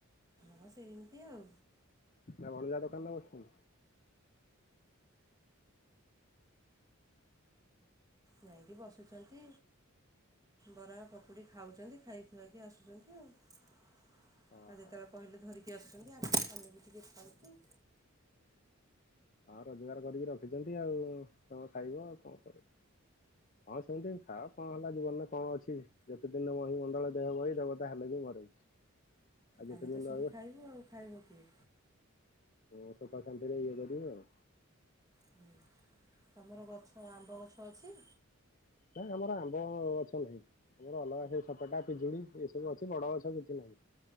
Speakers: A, on the right; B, on the left.
A: ହଁ ସେଇମିତି ଆଉ।
B: ଆଉ ଅନୂଜା ଦୋକାନରେ ବସୁଛନ୍ତି।
A: ଯାଇକି ବସ୍ ଆସୁଛନ୍ତି ବରା ପକୁଡ଼ି ଖାଉଛନ୍ତି ଖାଇ ଖୁଆଇକି ଆସୁଛନ୍ତି ଆଉ। ଆଉ
B: ଓହୋ
A: ଯେତେବେଳେ କହିଲେ ଧରିକି ଆସୁଛନ୍ ଆମେ ବି ଆମେ ବି ଟିକେ ଖାଉଛୁ।
B: ହଁ ରୋଜଗାର କରିକି ରଖିଛନ୍ତି ଆଉ ତମେ ଖାଇବ ଆଉ କଣ କରିବ ହଁ ସେମିତି ଖାଅ କଣ ହେଲା ଜୀବନରେ କଣ ଅଛି ଯେତେ ଦିନ ମହି ମଣ୍ଡଳ ଦେହ ବହି ଦେବତା ହେଲେ ବି ମରଇ। ଆଉ ଯେତେ
A: ଆମେ
B: ଦିନ
A: ତ ସବୁ
B: ରହିବ
A: ଖାଇବୁ ଆଉ ଖାଇବ କିଏ?
B: <unintelligible> ଶାନ୍ତିରେ ଇଏ କରିବେ ଆଉ।
A: ହଁ ତମର ଗଛ ଆମ୍ବ ଗଛ ଅଛି।
B: ନା ଆମର ଆମ୍ବ ଗଛ ନାହିଁ ଆମର ଅଲଗା ସେ ସପେଟା ପିଜୁଳି ଏ ସବୁ ଅଛି ବଡ ଗଛ କିଛି ନାହିଁ।